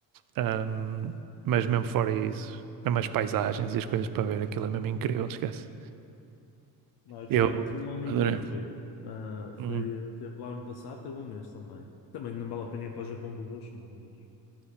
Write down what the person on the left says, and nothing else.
Pois.
Não, eu gostava,
tive um amigo
meu que foi. ah, foi
teve lá ano passado, teve um mês também. Também não vale a pena ir para o Japão por duas semanas. acho.